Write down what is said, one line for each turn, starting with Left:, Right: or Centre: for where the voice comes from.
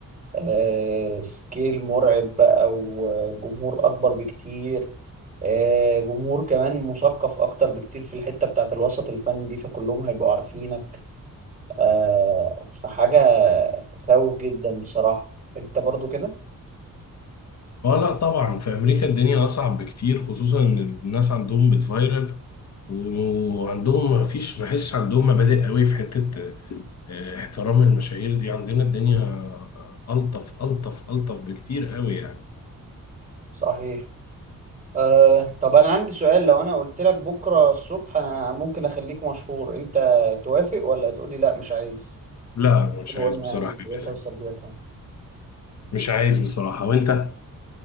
Right: آه، سكيل مرعب بقى وجمهور اكبر بكتير آه، جمهور كمان مثقف اكتر بكتير في الحتة بتاعت الوسط الفني دي فكلهم هيبقوا عارفينك آه، فحاجة تخوف جدا بصراحة انت برضو كده
Left: اه لا طبعا في امريكا الدنيا اصعب بكتير خصوصا ان الناس عندهم بتفايرل وعندهم ما فيش ما حسش عندهم مبادئ قوي في حتة آه، احترام المشاهير دي عندنا الدنيا آه، الطف الطف الطف بكتير قوي يعني
Right: صحيح أه طب انا عندي سؤال لو انا قلت لك بكره الصبح انا ممكن اخليك مشهور انت توافق ولا تقولي لا مش عايز
Left: لا مش
Right: وقلنا
Left: عايز بصراحة
Right: يعني ايجابياتها
Left: يا باسم.
Right: وسلبياتها
Left: مش عايز بصراحة وانت